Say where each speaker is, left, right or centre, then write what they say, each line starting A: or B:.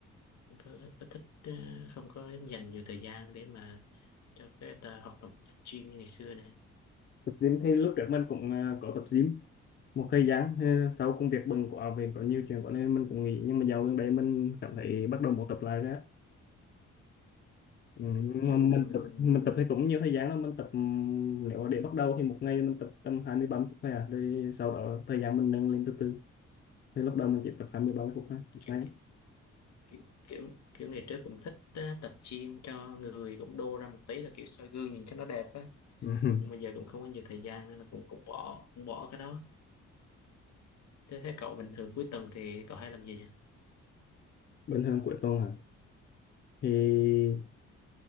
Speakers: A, on the left; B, on the left.
A: không có, có thích ờ, không có dành nhiều thời gian để mà cho cái tờ hoạt động tập gym như ngày xưa này
B: Tập gym thì lúc trước mình cũng ờ, có tập gym một thời gian ờ, sau công việc bận quá vì có nhiều chuyện có nên mình cũng nghỉ nhưng mà dạo gần đây mình cảm thấy bắt đầu muốn tập lại rồi á. Ừ.
A: Ừ,
B: Nhưng
A: kiểu
B: mà mình
A: mình mình
B: tập mình tập thì cũng nhiều thời gian đó mình tập ừm, nếu mà để bắt đầu thì một ngày mình tập tầm hai mươi ba mươi phút thôi à rồi sau đó thời gian mình nâng lên từ từ thì lúc đầu mình chỉ tập hai mươi ba mươi phút
A: ừ,
B: thôi một
A: kiểu,
B: ngày.
A: kiểu, kiểu kiểu ngày trước cũng thích ờ, tập gym cho người cũng đô ra một tí là kiểu soi gương nhìn cho nó đẹp á
B: Ừ. <laughs>
A: nhưng mà giờ cũng không có nhiều thời gian nên là cũng cũng bỏ cũng bỏ cái đó thế thế cậu bình thường cuối tuần thì cậu hay làm gì nhỉ
B: Bình thường cuối tuần à thì